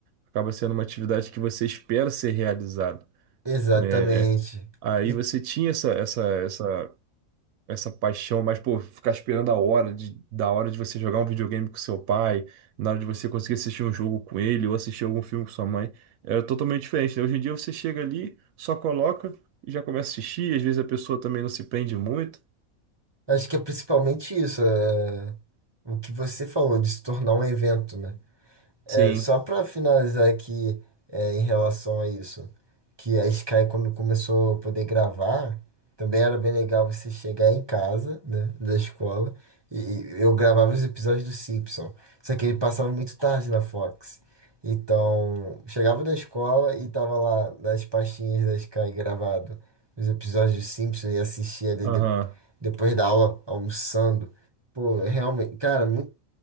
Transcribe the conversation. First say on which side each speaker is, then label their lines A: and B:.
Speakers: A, on the right; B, on the right.
A: Acaba sendo uma atividade que você espera ser realizada.
B: Exatamente.
A: né? Aí
B: E
A: você tinha essa, essa, essa, essa paixão, mas, pô, ficar esperando a hora de, da hora de você jogar um videogame com seu pai, na hora de você conseguir assistir um jogo com ele ou assistir algum filme com sua mãe, era totalmente diferente, né? Hoje em dia você chega ali, só coloca e já começa a assistir, às vezes a pessoa também não se prende muito.
B: acho que é principalmente isso, é o que você falou de se tornar um evento, né?
A: Sim,
B: É, só para finalizar aqui, é, em relação a isso, que a Sky, quando começou a poder gravar, também era bem legal você chegar em casa, né, da escola, e, e eu gravava os episódios do Simpson. Só que ele passava muito tarde na Fox. Então, chegava da escola e tava lá nas pastinhas da Sky gravado os episódios do Simpson e assistia ali
A: aham,
B: de- depois da aula, almoçando. Pô, realmente, cara, muito.